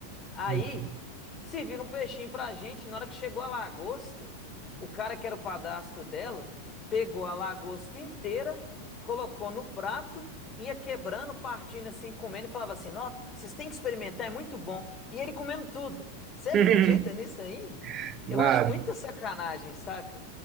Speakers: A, on the left (about 25°); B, on the right (about 30°).
A: Aí,
B: Uhum.
A: serviram um peixinho pra gente. Na hora que chegou a lagosta, o cara que era o padrasto dela pegou a lagosta inteira, colocou no prato, ia quebrando, partindo assim, comendo e falava assim: Ó, vocês têm que experimentar, é muito bom. E ele comendo tudo. Você acredita
B: <laughs>
A: nisso ainda?
B: Nada.
A: Eu acho muita sacanagem, saca?